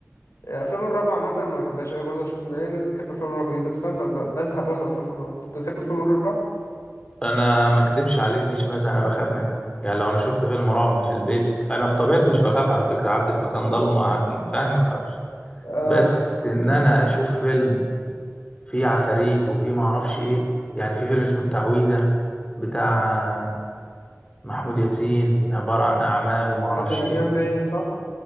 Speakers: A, on the left; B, on the left.
A: آه، افلام الرعب عامه ما بحبهاش قوي برضه اشوف بلاقي ناس بتحب افلام الرعب جدا بس انا ب- ب- بزهق برضه من افلام الرعب انت بتحب افلام الرعب
B: انا ما اكدبش عليك مش بس انا بخاف منها يعني لو انا شفت فيلم رعب في البيت انا بطبيعتي مش بخاف على فكره اعدي في مكان ضلمه اقعد فاهم ما بخافش
A: اه
B: بس ان انا اشوف فيلم فيه عفاريت وفيه ما اعرفش ايه يعني في فيلم اسمه التعويذه بتاع محمود ياسين عباره عن اعمال وما اعرفش
A: عادل امام
B: ايه
A: باين صح